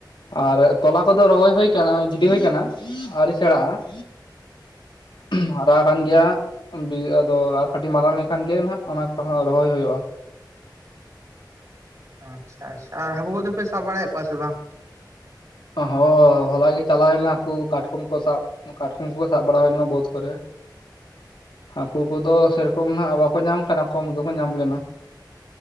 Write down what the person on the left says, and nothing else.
ᱟᱨᱮᱜ ᱛᱚᱞᱟ ᱠᱚᱫᱚ ᱨᱚᱦᱚᱭ ᱦᱩᱭ ᱟᱠᱟᱱᱟ ᱜᱤᱰᱤ ᱦᱩᱭ ᱟᱠᱟᱱᱟ ᱟᱹᱣᱨᱤ ᱥᱮᱬᱟᱜᱼᱟ ᱾ ᱚᱦᱩᱸ, ᱦᱟᱨᱟ ᱟᱠᱟᱱ ᱜᱮᱭᱟ, ᱫᱤᱭᱮ ᱟᱫᱚ ᱟᱨ ᱠᱟᱹᱴᱤᱡ ᱢᱟᱨᱟᱝ ᱞᱮᱱᱠᱷᱟᱱ ᱜᱮ ᱱᱟᱜ ᱚᱱᱟ ᱠᱚᱦᱚᱸ ᱨᱚᱦᱚᱭ ᱦᱩᱭᱩᱜᱼᱟ ᱾
ᱦᱚᱸ, ᱦᱚᱞᱟ ᱜᱮ ᱪᱟᱞᱟᱣ ᱦᱩᱭᱱᱟ ᱦᱟᱹᱠᱩ ᱠᱟᱴᱠᱚᱢ ᱠᱚ ᱥᱟᱵ ᱾ ᱠᱟᱴᱠᱚᱢ ᱠᱚ ᱥᱟᱵ ᱵᱟᱲᱟ ᱦᱩᱭᱞᱮᱱᱟ ᱵᱟᱹᱫᱽ ᱠᱚᱨᱮ ᱾ ᱦᱟᱹᱠᱩ ᱠᱚᱫᱚ ᱥᱮᱨᱚᱠᱚᱢ ᱱᱟᱜ ᱵᱟᱠᱚ ᱧᱟᱢ ᱟᱠᱟᱱᱟ ᱠᱚᱢ ᱜᱮᱠᱚ ᱧᱟᱢ ᱞᱮᱱᱟ ᱾